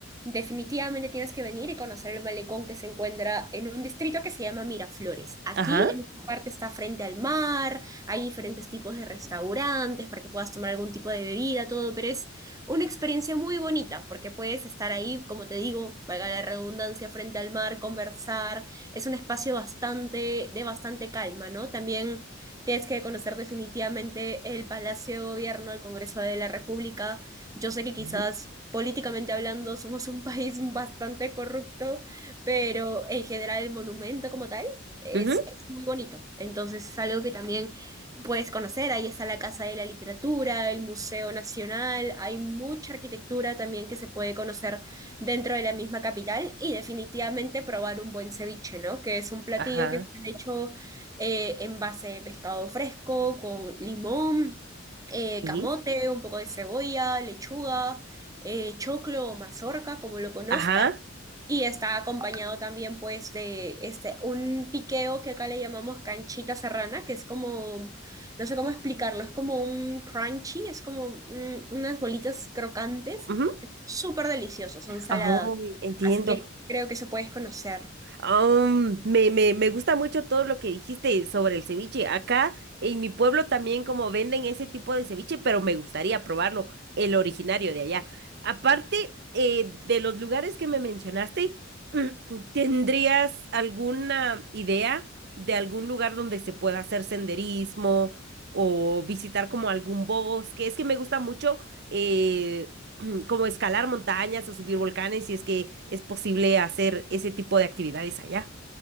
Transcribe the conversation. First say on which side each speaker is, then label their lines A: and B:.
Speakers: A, on the right; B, on the right.
A: Definitivamente tienes que venir y conocer el malecón que se encuentra en un distrito que se llama Miraflores. Aquí,
B: ajá,
A: en esta parte, está frente al mar, hay diferentes tipos de restaurantes para que puedas tomar algún tipo de bebida, todo, pero es una experiencia muy bonita porque puedes estar ahí, como te digo, valga la redundancia, frente al mar, conversar. Es un espacio bastante, de bastante calma, ¿no? También tienes que conocer definitivamente el Palacio de Gobierno, el Congreso de la República yo sé que quizás
B: ujú,
A: políticamente hablando somos un <laughs> país bastante corrupto, pero en general el monumento como tal es,
B: ujú,
A: es muy bonito. Entonces es algo que también puedes conocer. Ahí está la Casa de la Literatura, el Museo Nacional, hay mucha arquitectura también que se puede conocer dentro de la misma capital y definitivamente probar un buen ceviche, ¿no? Que es un platillo
B: ajá,
A: que está hecho eh, en base de pescado fresco, con limón eh,
B: sí,
A: camote, un poco de cebolla, lechuga, eh, choclo o mazorca, como lo conozcas,
B: ajá,
A: y está acompañado también pues de este, un piqueo que acá le llamamos canchita serrana, que es como, no sé cómo explicarlo, es como un crunchy, es como mm, unas bolitas crocantes,
B: ujú.
A: que son súper deliciosas, son saladas,
B: Ay, entiendo.
A: así que creo que eso puedes conocer.
B: Um, me, me, me gusta mucho todo lo que dijiste sobre el ceviche. Acá en mi pueblo también como venden ese tipo de ceviche, pero me gustaría probarlo, el originario de allá. Aparte eh, de los lugares que me mencionaste, <clears throat> ¿tendrías alguna idea de algún lugar donde se pueda hacer senderismo o visitar como algún bosque? Es que me gusta mucho eh, <clears throat> como escalar montañas o subir volcanes, si es que es posible hacer ese tipo de actividades allá.